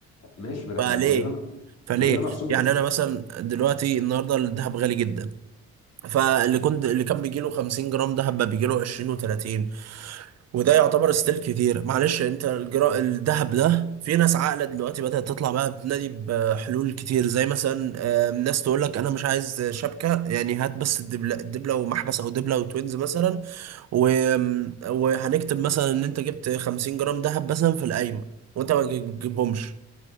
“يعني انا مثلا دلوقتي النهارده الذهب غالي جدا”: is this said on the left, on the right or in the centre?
Right